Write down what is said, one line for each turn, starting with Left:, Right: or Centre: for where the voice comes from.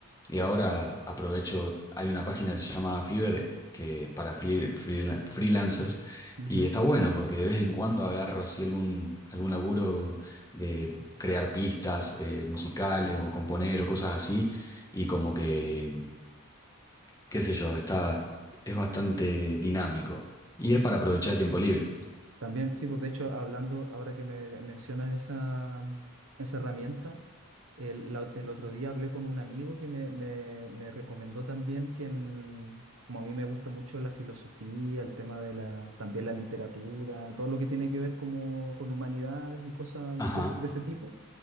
Left: y ahora aprovecho, hay una página que se llama Fiverr, que es para free- free- freelancers,
Right: ujú,
Left: y está bueno porque de vez en cuando agarro así algún, algún laburo de crear pistas eh, musicales o componer o cosas así, y como que, qué sé yo, está, es bastante dinámico. Y es para aprovechar tiempo
Right: sí, bueno.
Left: libre.
Right: También, sí, pues de hecho, hablando, ahora que me mencionas esa, esa herramienta, El, la- el otro día hablé con un amigo que me, me- me recomendó también que, en- como a mí me gusta mucho la filosofía, el tema de la, también la literatura, todo lo que tiene que ver como con humanidades y cosas
Left: Ajá,
Right: de, ese de ese tipo,